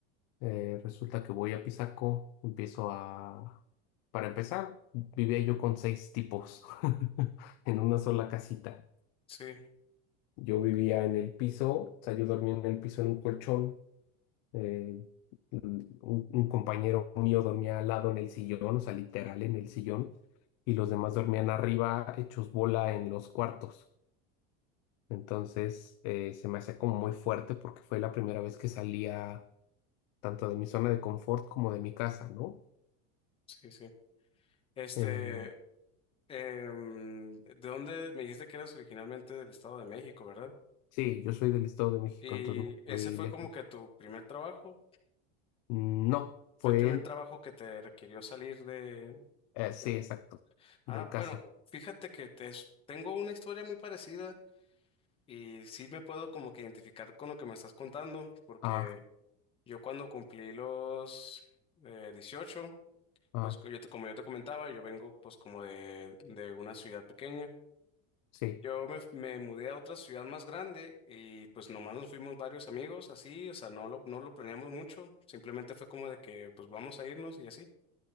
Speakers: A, on the left; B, on the left.
A: Eh, resulta que voy a Pisaco, empiezo a... Para empezar, vivía yo con seis tipos <laughs> en una sola casita.
B: sí,
A: Yo vivía en el piso, o sea, yo dormía en el piso en un colchón. eh, un, un compañero mío dormía al lado en el sillón, o sea, literal en el sillón, y los demás dormían arriba, hechos bola en los cuartos. Entonces, eh, se me hacía como muy fuerte porque fue la primera vez que salía tanto de mi zona de confort como de mi casa, ¿no?
B: sí, sí. Este,
A: Eh,
B: em, ¿de dónde me dijiste que eras originalmente del Estado de México, verdad?
A: sí, yo soy del Estado de México,
B: Y
A: entonces no fui
B: ese fue
A: lejos.
B: como que tu primer trabajo.
A: No, fue
B: Fue el primer
A: él,
B: trabajo que te requirió salir de...
A: eh, sí,
B: de-
A: exacto,
B: Ah,
A: de casa.
B: bueno, fíjate que te- es- tengo una historia muy parecida y sí me puedo como que identificar con lo que me estás contando, porque
A: Ah,
B: Yo cuando cumplí los eh, 18,
A: ah,
B: pues co- yo te- como yo te comentaba, yo vengo pues como de, de una ciudad pequeña.
A: sí.
B: Yo me, me mudé a otra ciudad más grande y pues nomás nos fuimos varios amigos así, o sea, no lo, no lo planeamos mucho, simplemente fue como de que pues vamos a irnos y así.